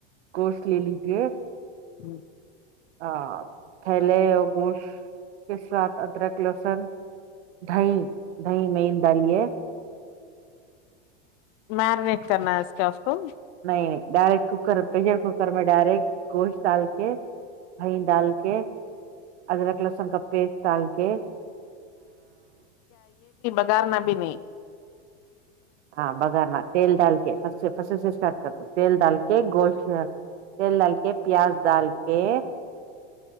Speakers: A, on the right; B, on the left.
A: گوشت لے لیجے
B: جی
A: ہاں تھیلے اور گوشت کے ساتھ ادرک لہسن دہ دہ میںین ڈالیے
B: میرنیٹ کرنا ہے اس کے اس کو
A: نہیں نہیں ڈائریکٹ کوکر پشر کوکر میں ڈائریکٹ گوشت ڈال کے دہ ڈال کے ادرک لہسن کا پیس ڈال کے
B: بگار نبین
A: ہاں بگانا تیل ڈال کے فس سے فس سے اسٹارٹ کر د تیل ڈال کے گوشت تیل ڈال کے پیاز ڈال کے